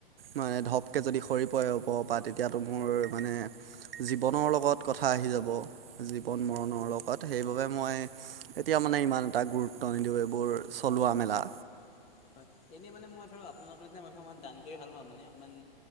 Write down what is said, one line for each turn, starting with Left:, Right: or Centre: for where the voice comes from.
Right: মানে ধপকে যদি হৰি। <unintelligible> তেতিয়াতো মোৰ মানে জীৱনৰ লগত কথা আহি যাব। জীৱন
Left: হয়
Right: মৰণৰ
Left: হয় হয়
Right: লগত
Left: হয়
Right: সেইবাবে মই। এতিয়া মানে ইমান এটা গুৰুত্ব নিদিওঁ এইবোৰ চলোৱা
Left: হয় হয়
Right: মেলা।
Left: হয় হয় এনে মানে মই ধৰক আপোনালোকৰ নিচিনা মানুহক দান কৰি ভাল পাওঁ মানে অকমান।